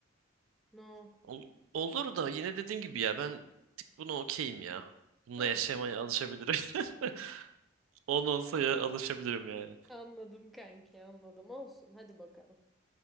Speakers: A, in the centre; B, on the right (about 85°).
A: No.
B: Ol- olur da yine dediğim gibi ya ben bir tık buna okeyim ya. Bununla
A: Anladım.
B: yaşamaya alışabilirim. <laughs> 10 olsa alışabilirim yani.
A: Anladım kanki anladım. Olsun hadi bakalım.